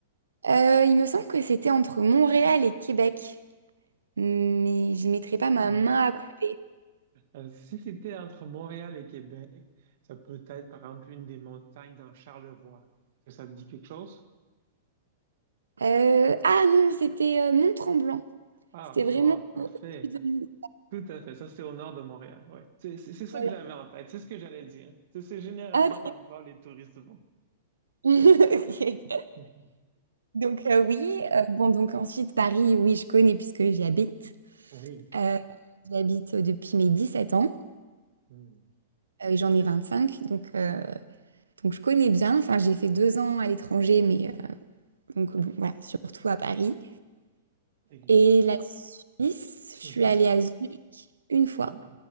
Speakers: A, on the right; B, on the right.
A: euh, il me semble que c'était entre Montréal et Québec, mais j'y mettrai pas ma
B: Hmm.
A: main à couper.
B: Euh, si c'était entre Montréal et Québec, ça peut être par exemple une des montagnes dans Charlevoix. Est-ce que ça te dit quelque chose?
A: Euh, ah non, c'était euh, Mont-Tremblant.
B: Ah,
A: C'était
B: bon,
A: vraiment.
B: parfait.
A: au sud de- l'île.
B: Tout à fait. Ça, c'est au nord de Montréal. Ouais. C'est c'est- c'est ça
A: Voilà.
B: que j'avais en tête. C'est ce que j'allais dire. C'est c'est généralement
A: Ah,
B: l'endroit où les touristes vont.
A: <laughs> ok.
B: <laughs>
A: Donc euh, oui, euh, bon donc ensuite Paris, oui je connais puisque j'y habite.
B: Mhm. Oui.
A: Euh, j'y habite depuis mes 17 ans
B: Hmm.
A: euh, et j'en ai 25 donc euh, Donc je connais bien, enfin j'ai fait deux ans à l'étranger, mais euh, donc bon, voilà, surtout à Paris.
B: Et-
A: Et la Suisse, je
B: Mhm.
A: suis allée à Zurich une fois
B: Oui.